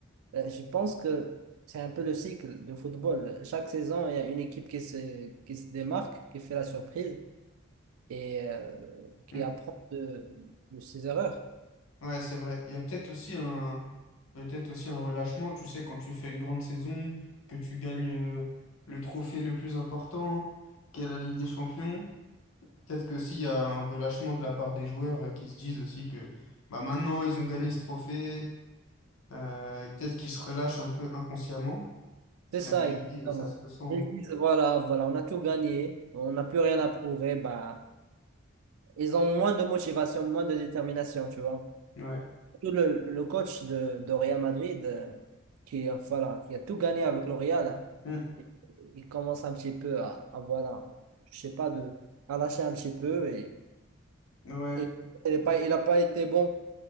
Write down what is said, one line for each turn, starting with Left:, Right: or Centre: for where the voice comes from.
Right: Euh, je pense que c'est un peu le cycle de football. Chaque saison, il y a une équipe qui se, qui se démarque, qui fait la surprise et euh, qui
Left: Mm.
Right: apprend de, de ses erreurs.
Left: Ouais, c'est vrai. Il y a peut-être aussi un peut-être aussi un relâchement, tu sais, quand tu fais une grande saison, que tu gagnes euh, le trophée le plus important, qu'est la Ligue des Champions. Peut-être qu'aussi, il y a un relâchement de la part des joueurs euh, qui se disent aussi que bah, maintenant, ils ont gagné ce trophée, euh, et peut-être qu'ils se relâchent un peu inconsciemment.
Right: C'est
Left: Et
Right: ça,
Left: à mon avis,
Right: exactement.
Left: euh, ça se ressent.
Right: Ils disent, voilà, voilà, on a tout gagné, on n'a plus rien à prouver, bah, ils ont moins de motivation, moins de détermination, tu vois.
Left: hein. Ouais.
Right: Tout le, le coach de, de Real Madrid, euh, qui, euh, voilà, qui a tout gagné avec le Real, hein,
Left: Mm.
Right: il il commence un petit peu à, à, voilà, je sais pas, de, à lâcher un petit peu. Et,
Left: Ouais.
Right: et, il n'a pas, il a pas été bon